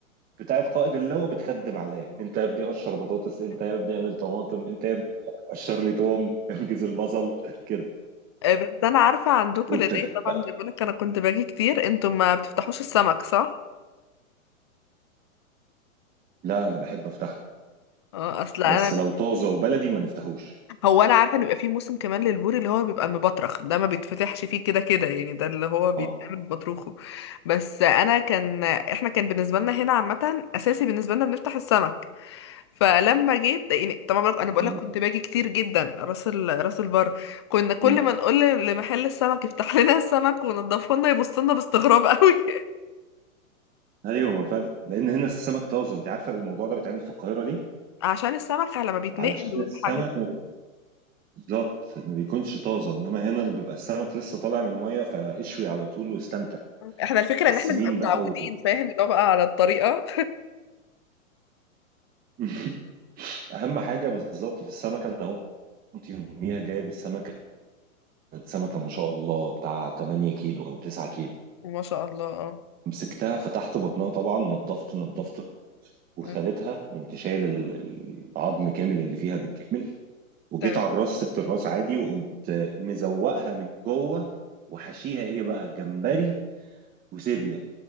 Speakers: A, on the right; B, on the left.
A: بتاعت قائد اللواء بتخدم عليا انت يا ابني قشر بطاطس انت يا ابني اعمل طماطم انت يا ابني قشر لي توم <laughs> انجز البصل كده
B: آه، بس انا عارفه عندكم
A: وابتديت
B: لان إيه طبعا
A: بقى
B: زي ما بقولك انا كنت باجي كتير انتوا ما بتفتحوش السمك صح
A: لا انا بحب افتحه
B: اه اصل انا
A: بس
B: ب...
A: لو طازه وبلدي ما نفتحوش
B: هو انا عارفه ان بيبقى فيه موسم كمان للبوري اللي هو بيبقى المبطرخ ده ما بيتفتحش فيه كده كده يعني ده اللي هو بيتعمل
A: اه
B: بطروخه بس انا كان احنا كان بالنسبه لنا هنا عامه اساسي بالنسبه لنا بنفتح السمك فلما جيت يعني طبعا بقولك- انا بقول
A: أي-
B: لك كنت باجي كتير جدا راس ال... راس البر كنا كل
A: مم.
B: ما نقول لمحل السمك يفتح لنا السمك ونضفه لنا يبص لنا باستغراب قوي
A: ايوه ما فعلا لان هنا السمك طازه انت عارفه الموضوع ده بيتعمل في القاهره ليه
B: عشان السمك لما بيتنقل
A: علشان
B: والحاجات
A: السمك ما بي- بالظبط ما بيكونش طازه انما هنا اللي بيبقى السمك لسه طالع من الميه فاشوي على طول واستمتع
B: احنا الفكرة
A: السمين
B: ان احنا بنبقى متعودين
A: بقى و...
B: فاهم اللي هو بقى على الطريقة
A: <laughs> اهم حاجه بالظبط في السمك انا كنت يوميها جايب السمكة كانت سمكة ما شاء الله بتاع 8 كيلو أو 9 كيلو
B: <laughs> ما شاء الله اه
A: مسكتها فتحت بطنها طبعا نضفت نضفت وخالتها
B: م،
A: قمت شايل ال- العظم كامل اللي فيها بالكامل وجيت
B: تمام
A: على الراس سبت الراس عادي وقمت مزوقها من جوه وحشيها ايه بقى جمبري وسيبيا